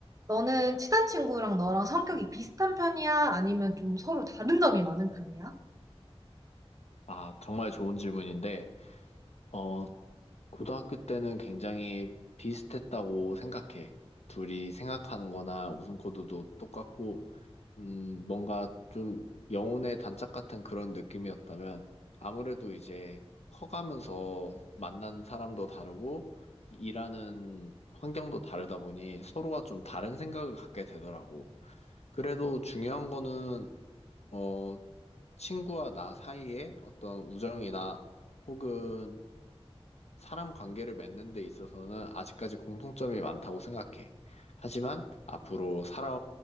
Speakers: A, on the right; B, on the left.
A: 너는 친한 친구랑 너랑 성격이 비슷한 편이야? 아니면 좀 서로 다른 점이 많은 편이야?
B: 아, 정말 좋은 질문인데, 어, 고등학교 때는 굉장히 비슷했다고 생각해. 둘이 생각하는 거나 웃음 코드도 똑같고, 음, 뭔가 좀 영혼의 단짝 같은 그런 느낌이었다면 아무래도 이제 커가면서 만난 사람도 다르고 일하는 환경도 다르다 보니 서로가 좀 다른 생각을 갖게 되더라고. 그래도 중요한 거는 어, 친구와 나 사이에 어떤 우정이나 혹은 사람 관계를 맺는 데 있어서는 아직까지 공통점이 많다고 생각해. 하지만 앞으로 살아,